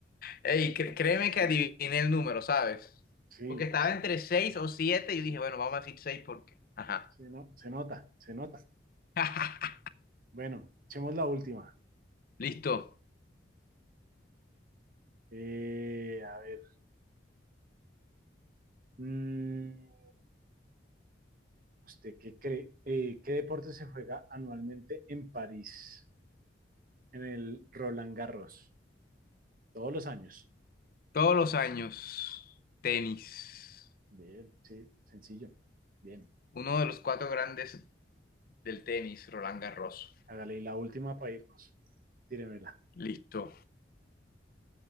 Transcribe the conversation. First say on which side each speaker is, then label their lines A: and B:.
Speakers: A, on the left; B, on the right.
A: Ey, cre- créeme que adiviné el número, ¿sabes?
B: Sí,
A: Porque estaba
B: se,
A: entre 6 o 7 y yo dije, bueno, vamos a decir seis porque. Ajá.
B: se, no, se nota, se nota.
A: <laughs>
B: Bueno, echemos la última.
A: Listo.
B: Eh, a ver. mm, ¿Usted qué cree? eh, ¿qué deporte se juega anualmente en París, en el Roland Garros? Todos los años.
A: Todos los años, tenis.
B: Bien, sí, sencillo. Bien.
A: Uno de los cuatro grandes del tenis, Roland Garros.
B: Hágale y la última para irnos. Tíremela.
A: Listo.